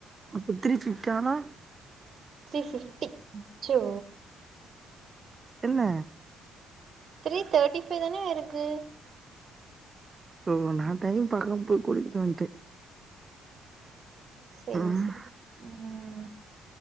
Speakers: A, on the right; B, on the right.
A: அப்போ த்ரீ பிஃப்டி ஆனா
B: த்ரீ ஃபிஃப்டி அச்சோ
A: இல்ல
B: த்ரீ தேர்ட்டி ஃபைவ் தான ஆயிருக்கு
A: ஓ நா டைம் பாக்காம போய் குடிச்டு வன்ட
B: செரி
A: ம்
B: செரி ம்